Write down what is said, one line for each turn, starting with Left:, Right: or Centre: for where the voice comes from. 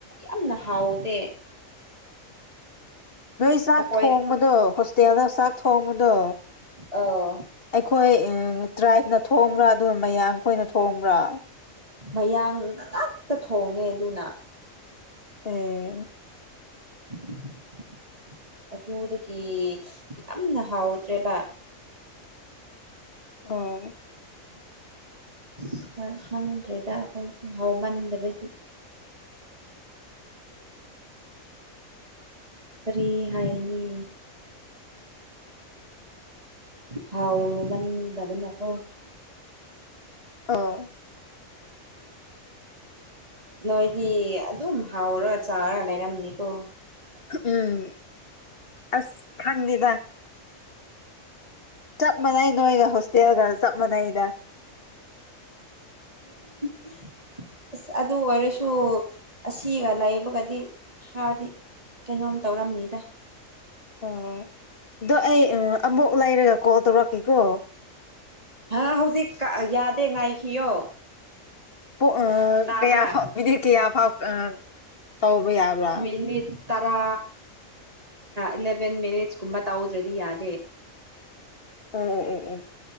Right: ꯌꯥꯝꯅ ꯍꯥꯎ ꯗꯦ
Left: ꯅꯣꯏ ꯆꯥꯛ
Right: ꯑꯩꯈꯣꯏ
Left: ꯊꯣꯡꯕꯗꯣ ꯍꯣꯁꯇꯦꯜꯗ ꯆꯥꯛ ꯊꯣꯡꯕꯗꯣ
Right: ꯑꯧ
Left: ꯍꯣꯏ ꯇ꯭ꯔꯥꯏꯞꯅ ꯊꯣꯡꯕ ꯑꯗꯨ ꯃꯌꯥꯝꯈꯣꯏꯅ ꯊꯣꯡꯕ꯭ꯔꯥ
Right: ꯃꯌꯥꯡꯅ ꯉꯥꯛꯇ ꯊꯣꯡꯉꯦ ꯑꯗꯨꯅ
Left: ꯑꯣ
Right: <unintelligible> ꯑꯗꯨꯗꯒꯤ ꯌꯥꯝꯅ ꯍꯥꯎꯇ꯭ꯔꯦꯕ
Left: ꯑꯣ
Right: ꯑꯁ ꯈꯔ ꯈꯪꯗ꯭ꯔꯦꯗ ꯑꯈꯣꯏꯁꯨ ꯍꯥꯎꯃꯟꯗꯕꯒꯤ ꯀꯔꯤ ꯍꯥꯏꯅꯤ ꯍꯥꯎꯃꯟꯗꯕꯅꯀꯣ
Left: ꯑꯧ
Right: ꯅꯣꯏꯗꯤ ꯑꯗꯨꯝ ꯍꯥꯎꯔ ꯆꯥꯔꯥ ꯂꯩꯔꯝꯅꯤꯀꯣ
Left: ꯎꯝ ꯑꯁ ꯈꯪꯗꯦꯗ ꯆꯞ ꯃꯥꯟꯅꯩ ꯅꯣꯏꯒ ꯍꯣꯁꯇꯦꯜꯒ ꯆꯞ ꯃꯥꯟꯅꯩꯗ
Right: <inaudible> ꯑꯁ ꯑꯗꯨ ꯑꯣꯏꯔꯁꯨ ꯑꯁꯤꯒ ꯂꯩꯕꯒꯗꯤ ꯈꯔꯗꯤ ꯀꯩꯅꯣꯝ ꯇꯧꯔꯝꯅꯤꯗ
Left: ꯑꯣ ꯑꯗꯣ ꯑꯩ ꯑꯃꯨꯛ ꯂꯩꯔꯒ ꯀꯣꯜ ꯇꯧꯔꯛꯀꯦꯀꯣ
Right: ꯍꯥ ꯍꯧꯖꯤꯛ ꯌꯥꯗꯦ ꯉꯥꯏꯈꯤꯌꯣ
Left: ꯑꯥ
Right: ꯇꯥꯕ꯭ꯔꯥ
Left: ꯀꯌꯥꯐꯥꯎ ꯀꯌꯥꯐꯥꯎ ꯇꯧꯕ ꯌꯥꯕ꯭ꯔꯥ
Right: ꯃꯤꯅꯤꯠ ꯇꯔꯥ ꯏꯂꯚꯦꯟ ꯃꯤꯅꯤꯠꯁ ꯀꯨꯝꯕ ꯇꯧꯗ꯭ꯔꯗꯤ ꯌꯥꯗꯦ
Left: ꯑꯣ ꯑꯣ ꯑꯣ ꯑꯣ